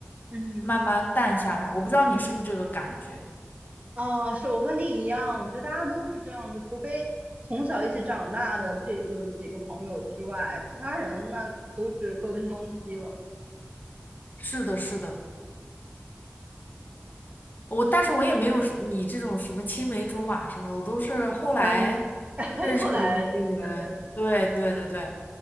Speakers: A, on the right; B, on the left.
A: 嗯。
B: 慢慢淡下来。我不知道你是不是这个感觉？
A: 啊，是我和你一样，我觉得大家都是这样子，除非从小一起长大的这有几个朋友之外，其他人那都是各奔东西了。
B: 是的，是的，我但是我也没有是你这种什么青梅竹马什么的，我都是后来。
A: 嗯，<laughs>
B: 认识的那些人，
A: 后来对对，
B: 对对对对，